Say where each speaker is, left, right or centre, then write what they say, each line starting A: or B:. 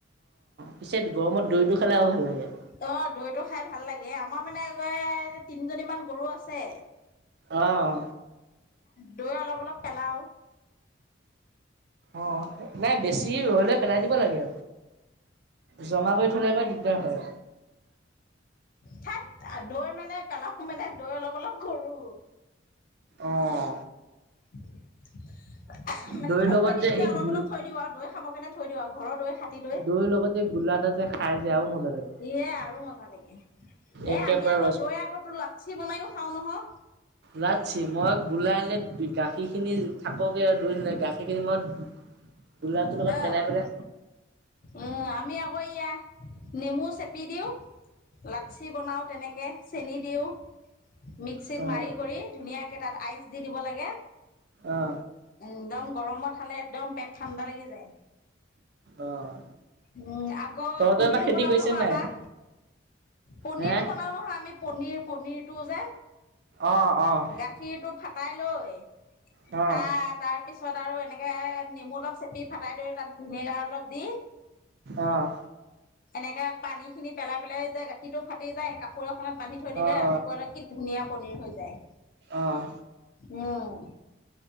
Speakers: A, on the right; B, on the left.
A: পিছত গৰমত দৈ টো খালেও ভাল লাগে।
B: অ দৈ টো খাই ভাল লাগে। আমাৰ মানে তিনজনীমানান গৰু আছে।
A: আহ।
B: দৈ অলপ, অলপ পেলাওঁ।
A: অ। নাই বেছি হলে পেলাই দিব লাগে। জমা কৰি থলে আকৌ দিগদাৰ হয়।
B: থাত দৈ মানে নাই পেলাও মানে দৈ অলপ অলপ কৰোঁ।
A: অঁ।
B: <unintelligible> মানে
A: দৈৰ
B: থৈ-থৈ
A: লগত
B: দিওঁ
A: এই
B: যে অলপ
A: গোল
B: অলপ থৈ দিওঁ আৰু মানে দৈ খাব কেনে থৈ দিওঁ আৰু ঘৰৰ দৈ হাতী দৈ।
A: দৈৰ লগত যে গোলা এটা যে খাই যে আৰু মজা লাগে।
B: এ আৰু মজা লাগে। এ
A: একেবাৰে
B: আমি আগত দৈ আগতো লাকসী বনাই ও খাও নহয়।
A: যাছি মই গোলাই আনিলে গাখীৰখিনি থাককে আৰু দুই দৈ গাখীৰখিনি মই গোলাটোৰ লগত
B: অ'
A: পেলাই পেলাই
B: এ আমি আকৌ এয়া, নেমু চেপি দিওঁ। লাচ্চি বনাওঁ। তেনেকে, চেনি দিওঁ। মিক্সিত
A: খাওঁ।
B: মাৰি-কৰি ধুনীয়াকে। কেইটাত আইচ দি দিব লাগে।
A: অ'।
B: একদম গৰমত খালে একদম পেট ঠাণ্ডা লাগি যায়। যায়।
A: অ', অ',
B: উম, আকৌ
A: তহঁতৰ
B: পনীৰো
A: এবাৰ খেতি
B: বনাও
A: কৰিছে
B: নহয়
A: নাই
B: আমাৰ, পনিৰো
A: হে?
B: বনাও নহয় আমি পনিৰ। পনীৰটো যে,
A: অ', অ',
B: গাখীৰটো ফাটাই লৈ,
A: অ'। অ',
B: তাৰ তাৰ পিছত আৰু এনেকে নেমু অলপ চেপি সি ফাটাই দৈ ভিনেগাৰ অলপ দি
A: অ',
B: এনেকে পানী খিনি পেলাই পেলাই যায়। গাখীৰতো ফাটি যায় কাপোৰ ত বান্ধি থৈ দিলে
A: অ',
B: ৰাতিপুৱালৈ কি ধুনীয়া পনীৰ হৈ যায়।
A: অ',
B: উ'ম!